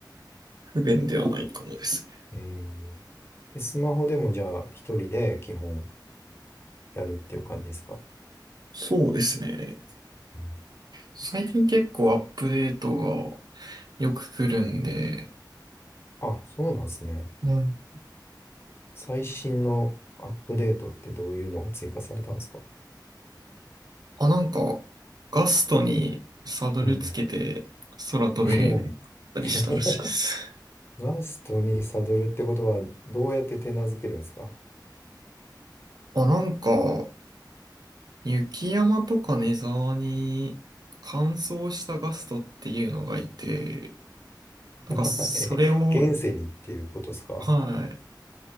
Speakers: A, on the right; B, on the left.
A: 不便ではないかもですね。
B: えー、えスマホでもじゃあ一人で基本やるっていう感じですか。
A: そうですね。
B: うん
A: 最近結構アップデートがよく来るんで、
B: あ、そうなんですね。
A: うん。
B: 最新のアップデートってどういうのが追加されたんですか
A: あ、なんか、ガストにサドルつけて空飛べるようになったりしたらしいです。
B: うん。もう <laughs> ガストにサドルってことは、どうやって手なずけるんですか
A: あ、なんか、雪山とかネザーに乾燥したガストっていうのがいて、なんかそれを、
B: <laughs> え現世にっていうことですか
A: はい。